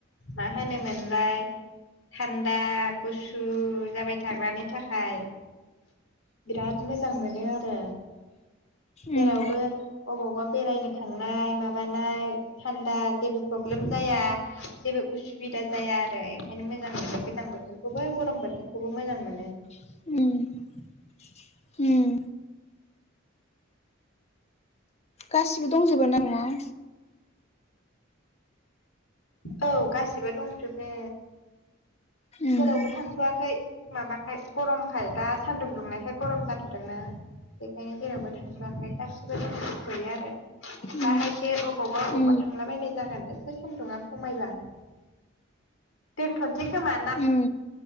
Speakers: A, on the left; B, on the left.
A: मा होनोमोनलाय थान्दा गुसु जाबाय थाग्रानि थाखाय बिराद मोजां मोनो आरो जेरावबो
B: उम
A: अबावबा बेरायनो थांनाय माबानाय थान्दा जेबो प्रब ब्लेम जाया जेबो उसुबिदा जाया आरो ओंखायनो मोजां मोनो गोजां बोथोरखौबो गरम बोथोर खौबो मोजां मोनो
B: उम उम गासिबो दंजोबोना न'वाव
A: औ गासिबो दंजोबो
B: उम
A: जेरावबो थांथ'आखै माबाखाय गरमखाय दा सान्दुं दुंनायखाय गरम जाथदोंना बेखायनो जेरावबो थांथ'वाखै गासिबो दंजोबथ'यो आरो
B: उम
A: दाहायसो अबावबा अबावबा
B: उम
A: थांला बायनाय जागोन एसे सानदुङा खमायबा दोनथनसै खोमा ना
B: उम